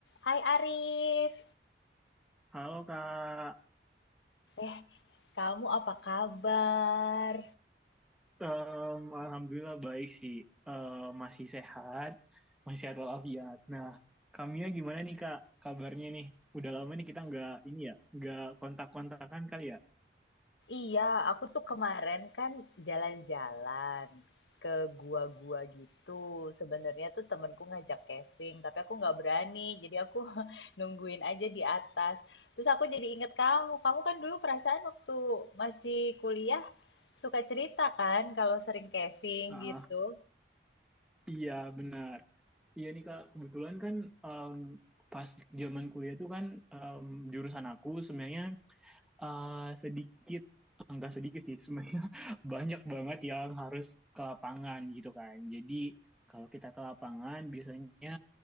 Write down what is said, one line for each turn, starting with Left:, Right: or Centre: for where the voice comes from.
Left: Hai Arif,
Centre: Halo Kak,
Left: eh kamu apa kabar?
Centre: Em, Alhamdulillah baik sih, Em, masih sehat, masih sehat walafiat. Nah, Kamia gimana nih Kak, kabarnya nih? Udah lama nih kita nggak ini ya, nggak kontak-kontakan kali ya?
Left: Iya, aku tuh kemarin kan jalan-jalan ke gua-gua gitu. Sebenarnya tuh temenku ngajak camping, tapi aku nggak berani. Jadi aku <laughs> nungguin aja di atas. Terus aku jadi inget kamu. Kamu kan dulu perasaan waktu masih kuliah suka cerita kan kalau sering camping
Centre: Ah,
Left: gitu.
Centre: iya benar. Iya nih Kak, kebetulan kan em, pas zaman kuliah tuh kan em, jurusan aku sebenarnya eh, sedikit, enggak sedikit sih, sebenarnya <laughs> banyak banget yang harus ke lapangan gitu kan. Jadi kalau kita ke lapangan biasanya